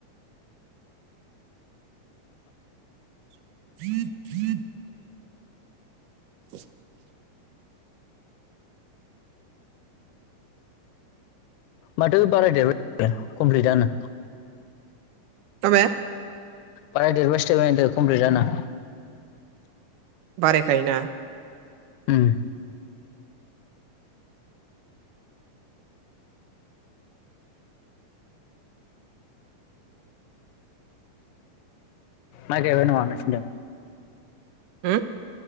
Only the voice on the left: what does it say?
माथो बारायदेरबाय कमप्लिटदानो
बारायदेरबायसो थाबाय दो कमप्लिटदानो
उम माइ गायबायन' नोंसिनिजों